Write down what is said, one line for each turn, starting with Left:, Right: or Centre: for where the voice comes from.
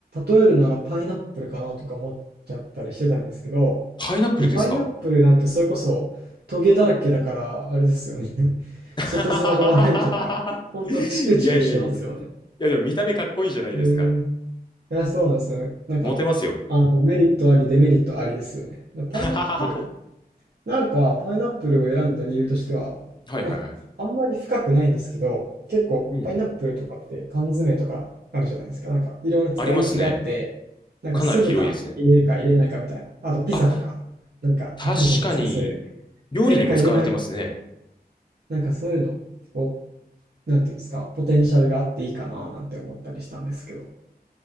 Right: 例えるならパイナップルかなとか思っちゃったりしてたんですけど、
Left: パイナップルですか
Right: もうパイナップルなんてそれこそトゲだらけだから、あれですよね。<laughs>
Left: <laughs>
Right: 外面が悪いというか、ほんとチクチクしてますよね。
Left: いやいやいやいや、でも見た目かっこいいじゃないですか。
Right: えーいや、そうなんですよね。なんか、
Left: モテますよ。
Right: あの、メリットあり、デメリットありですよね。で、パイナップル、
Left: <laughs>
Right: なんか、パイナップルを選んだ理由としては、
Left: はいはいはい。
Right: まあ、あんまり深くないんですけど、結構、
Left: うん。
Right: パイナップルとかって缶詰とかあるじゃないですか。なんか、いろいろ使い道があって、
Left: ありますね。
Right: なんか、
Left: かなり広いですね。
Right: 酢豚入れるか入れないかみたいな。あと、ピザとか、
Left: あ、
Right: なんか、
Left: 確かに、
Right: あるじゃないですか。そういう、
Left: 料理にも使われてますね。
Right: 入れるか入れない、なんか、そういうの、こう、なんていうんですか、ポテンシャルがあっていいかな、なんて思ったりしたんですけど、